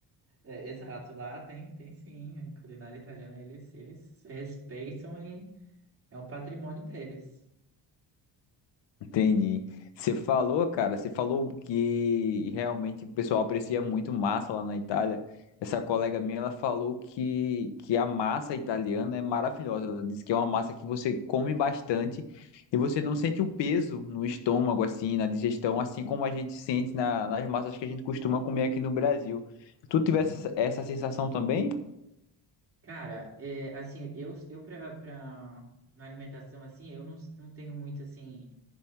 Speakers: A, on the right; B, on the left.
A: É, exato, lá tem, tem sim, a culinária italiana eles, eles respeitam e é um patrimônio deles.
B: Entendi. Você falou, cara, você falou que realmente o pessoal aprecia muito massa lá na Itália. Essa colega minha, ela falou que, que a massa italiana é maravilhosa. Ela disse que é uma massa que você come bastante e você não sente o peso no estômago, assim, na digestão, assim como a gente sente na- nas massas que a gente costuma comer aqui no Brasil. Tu
A: Uhum.
B: tivesse essa essa sensação também?
A: Cara, é, assim, eu, eu pra, pra, na alimentação, assim, eu não, não tenho muito, assim,